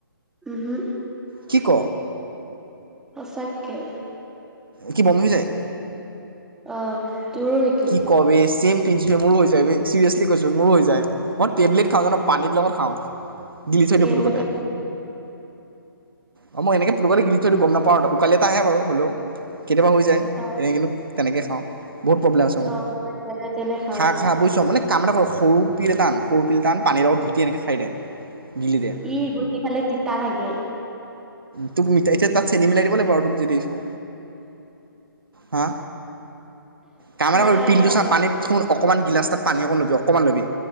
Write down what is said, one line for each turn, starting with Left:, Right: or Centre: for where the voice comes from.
Centre: উহু
Right: কি ক?
Centre: সঁচাকে।
Right: কি বমি হৈ যায়?
Centre: অ তোৰো নেকি?
Right: কি ক বে ছেম প্ৰিন্সিপাল মোৰো হৈ যায় বে চিৰিয়াচলি কৈছো মোৰো হৈ যায় মই টেবলেট খাওঁ জানা পানীৰ লগত খাও গিলি‌ থৈ দিও
Centre: এইমতে
Right: পোটোকে তা অ মই এনেকে পোটো কিনি গিলি থৈ দিও গম নাপা আপ উকাল এটা আহে বাৰু হ'লেও কেতিয়াবা হৈ যায়
Centre: অ
Right: এনে কিন্তু তেনেকেই খাওঁ বহুত প্ৰব্লেম আছে মোৰ
Centre: অ মই যেনে তেনে খাওঁ
Right: খা খা বুজিছ মানে কাম এটা কৰো সৰু পিল টান সৰু পিল টান পানীৰ লগত ঘুটি এনেকৈ খাই দে গিলি দে
Centre: ই গোটেই ফালে তিতা লাগে।
Right: তোক এতিয়া তাত চেনি মিলাই দিব লাগে বাৰু তোক যি দেখিছোঁ হা কাম এটা
Centre: নাই
Right: কৰিবি পিলটো
Centre: ন
Right: চা পানীত ফোন অকণমান গিলাছ তাত পানী অকণ লবি অকণমান লবি